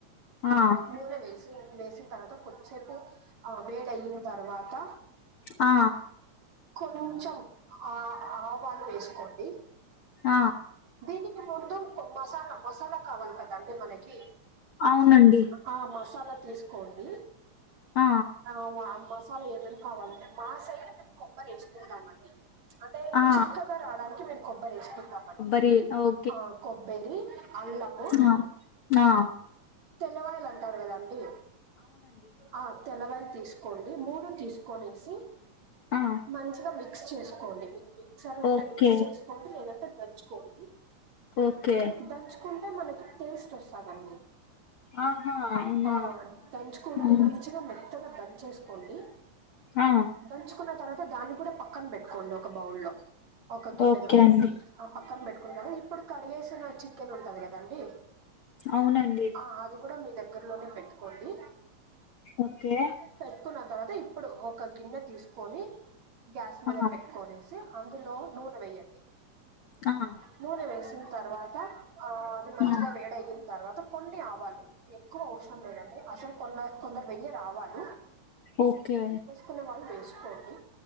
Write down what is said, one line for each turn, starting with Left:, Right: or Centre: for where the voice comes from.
Left: ఆ
Right: నూనే వేసి వేసి తర్వాత కొద్దిసేపు ఆ వేడి అయిన్ తర్వాత
Left: ఆ
Right: కొంచెం అ ఆవాలు వేసుకోండి
Left: ఆ
Right: దీనికి ముందు కో మసాలా మసాలా కావాలి కదా అండి మనకి
Left: అవునండి
Right: ఆ మసాలా తీసుకోండి
Left: ఆ
Right: ఆ వ మసాలా ఏమేమి కావాలంటే మా సైడ్ మేం కొబ్బరి వేసుకుంటామండి అంటే
Left: ఆ
Right: చిక్కగా రాడానికి మేం కొబ్బరి వేసుకుంటామండి
Left: ది ఓ
Right: ఆ కొబ్బేరి అల్లము
Left: ఆ ఆ
Right: తెల్లవాయిల్ అంటారు కదాండి ఆ తెల్లవాయల్ తీస్ కొండి మూడు తీసుకొనేసి
Left: ఆ
Right: మంచిగా మిక్స్ చేసుకోండి మిక్ మిక్ చర్ ఉంటే
Left: ఓకే
Right: మిక్స్ చేసుకోండి లేదంటే దంచుకోన్
Left: ఓకే
Right: దంచుకుంటే మనకి టేస్ట్ వస్తాదండి
Left: ఆహా అవునా
Right: ఆ దంచుకోండి
Left: ఉమ్
Right: మంచిగా మెత్తగా దంచేసుకోండి
Left: ఆ
Right: దంచుకున్న తర్వాత దాన్ని కూడా పక్కన పెట్టుకోండి ఒక బౌల్లో ఒక గిన్నెలో
Left: ఓకే అండి
Right: ఆ పక్కన పెట్టుకున్నారా ఇప్పుడు కడిగేసిన చికెన్ ఉంటది కదండి
Left: అవునండి
Right: ఆ అది గుడా మీ దగ్గరలోనే పెట్టుకోండి
Left: ఓకే
Right: పెట్టుకున్న తర్వాత ఇప్పుడు ఒక గిన్నె తీసుకొని గ్యాస్ మీద
Left: ఆ
Right: పెట్టుకొని అందులో నూనె వేయ్యండి
Left: ఆహ
Right: నూనె వేసిన తర్వాత ఆ అది మంచిగా
Left: ఆ
Right: వేడయిన తర్వాత కొన్ని ఆవాలు ఎక్కువ అవసరం లేదండి అసలు కొన్న కొందరు వెయ్యరు ఆవాల
Left: ఓకె
Right: కున్న వాళ్ళు వేసుకోండి